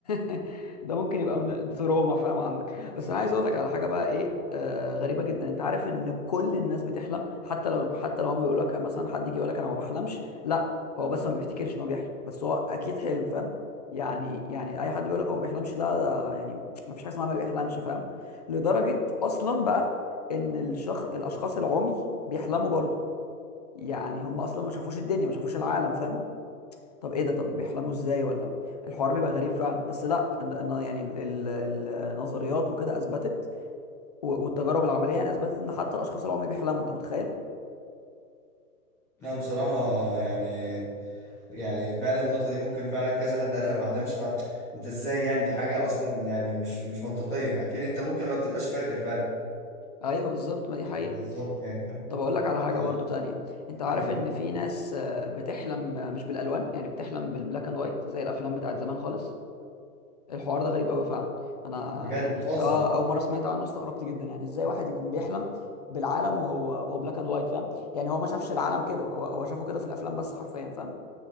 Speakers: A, on the left; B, in the centre.
A: <laughs> ده ممكن يبقى من تروما فاهم عندك بس انا عايز اقول لك على حاجة بقى ايه آه غريبة جدا انت عارف ان كل الناس بتحلم حتى لو حتى لو هم بيقولوا لك مثلا حد يجي يقول لك انا ما بحلمش لا هو بس ما بيفتكرش ان هو بيحلم بس هو اكيد حلم فاهم يعني يعني اي حد بيقول لك هو ما بيحلمش ده, ده يعني ما فيش حاجة اسمها ما بيحلمش فاهم لدرجة اصلا بقى ان الشخص الاشخاص العمي بيحلموا برضه يعني هم اصلا ما شافوش الدنيا ما شافوش العالم فاهم طب ايه ده طب بيحلموا ازاي ولا الحوار بيبقى غريب فعلا بس لا إن- إن يعني ال- ال- النظريات وكده اثبتت و- والتجارب العمليه يعني اثبتت ان حتى الاشخاص اللي هم بيحلموا انت متخيل
B: لا بصراحة يعني يعني فعلا النقطة دي ممكن فعلا كذا حد قال أنا ما بحلمش ف... أنت إزاي يعني دي حاجة أصلا يعني مش مش منطقية أكيد أنت ممكن ما تبقاش فاكر فعلا
A: ايوه بالظبط ما دي حقيقه
B: بالظبط يعني فاهم
A: طب اقول لك على حاجه
B: آه،
A: برضو تانية انت عارف
B: قول
A: ان
B: لي
A: في ناس آه، بتحلم آه، مش بالالوان يعني بتحلم بالبلاك اند وايت زي الافلام بتاعت زمان خالص الحوار ده غريب قوي فعلا انا
B: بجد
A: يعني
B: بتهزر
A: اه اول مره سمعت عنه استغربت جدا يعني ازاي واحد يكون بيحلم بالعالم وهو وهو بلاك اند وايت فاهم يعني هو ما شافش العالم كده هو هو شافه كده في الافلام بس حرفيا فاهم